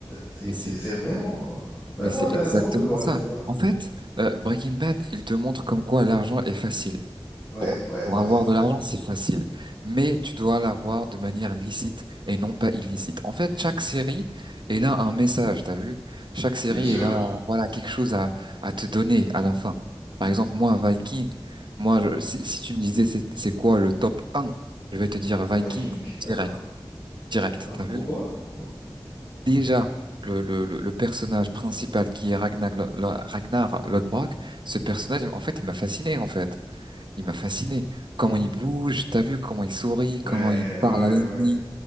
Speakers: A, on the left (about 40°); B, on the right (about 55°).
A: c'est
B: Mais
A: c'est-
B: c'est,
A: c'est vraiment, euh, vraiment
B: mais c'est
A: intéressant
B: exactement
A: de voir
B: ça.
A: l'histoire.
B: En fait, euh, Breaking Bad, il te montre comme quoi l'argent est facile.
A: Ouais,
B: Pour,
A: ouais,
B: pour
A: ouais,
B: avoir
A: ouais.
B: de l'argent, c'est facile, mais tu dois l'avoir de manière licite et non pas illicite. En fait, chaque série est là un message, t'as vu? Chaque série
A: Bien sûr,
B: est là, voilà, quelque chose à, à te donner à la fin. Par exemple, moi, Viking, moi, je- si, si tu me disais c'est c'est quoi le top un, je vais te dire
A: c'est
B: Viking
A: Viking. D'accord,
B: direct, direct,
A: d'accord.
B: t'as vu?
A: Pourquoi? Pourquoi?
B: Déjà, le, le, le, le personnage principal qui est Ragnar, Lo- Lo- Ragnar Lodbrok, ce personnage, en fait, il m'a fasciné, en fait. Il m'a fasciné.
A: Mhm.
B: Comment il bouge, t'as vu comment il sourit, comment
A: Ouais,
B: il parle
A: ouais,
B: à l'ennemi,
A: ouais.